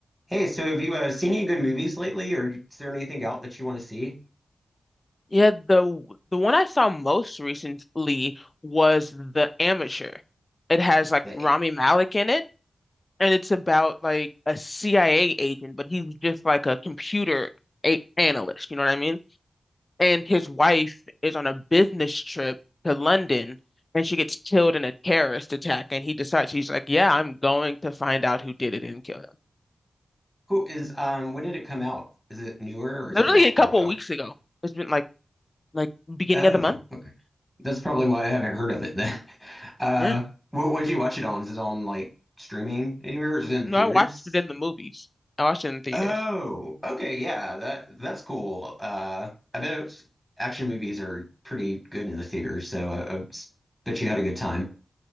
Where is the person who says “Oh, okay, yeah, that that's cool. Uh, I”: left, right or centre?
Centre